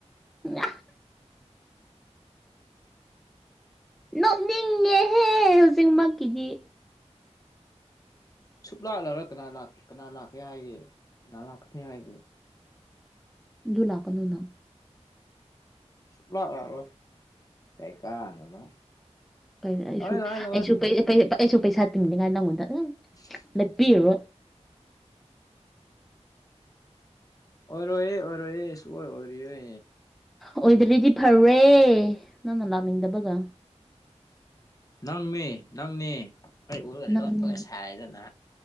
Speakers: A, in the centre; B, on the left (about 30°).
A: ꯎ <unintelligible> ꯅꯣꯛꯅꯤꯡꯉꯦꯍꯦ ꯍꯧꯖꯤꯛꯃꯛꯀꯤꯗꯤ
B: ꯁꯨꯛꯂꯥꯛ ꯂꯥꯛꯔ ꯀꯅꯥ ꯂꯥꯛ ꯀꯅꯥ ꯂꯥꯛꯀꯅꯤ ꯍꯥꯏꯒꯦ ꯀꯅꯥ ꯂꯥꯛꯀꯅꯤ ꯍꯥꯏ
A: ꯑꯗꯨ ꯂꯥꯛꯀꯅꯣꯅ
B: ꯁꯨꯡꯂꯥꯛ ꯂꯥꯛꯔꯣꯏ ꯀꯩ ꯀꯥꯟꯅꯕ
A: ꯀꯩꯅꯣ ꯑꯩꯁꯨ
B: ꯂꯥꯛꯑꯣꯏ ꯂꯥꯛꯑꯣꯏ ꯂꯥꯛꯑꯣꯏ
A: ꯑꯩꯁꯨ ꯀꯩ ꯀꯩꯅꯣ ꯑꯩꯁꯨ ꯄꯩꯁꯥ ꯇꯤꯡꯗꯉꯥꯏ ꯅꯪꯉꯣꯟꯗ ꯎꯝ
B: ꯎꯝ <inaudible>
A: ꯂꯦꯞꯄꯤꯔꯔꯣꯏ
B: ꯑꯣꯏꯔꯣꯏꯋꯦ ꯑꯣꯏꯔꯣꯏꯋꯦ ꯁꯨꯛꯑꯣꯏ ꯑꯣꯏꯔꯣꯏꯋꯦ
A: ꯑꯣꯏꯗꯗꯗꯤ ꯐꯔꯦ ꯅꯪꯅ ꯂꯥꯛꯅꯤꯡꯗꯕꯒ
B: ꯅꯪꯃꯦ ꯅꯪꯅꯦ ꯑꯩ ꯎꯔꯒ
A: ꯅꯪꯅꯦ
B: ꯂꯣꯠꯄꯒ ꯁꯥꯥꯏꯔꯗꯅ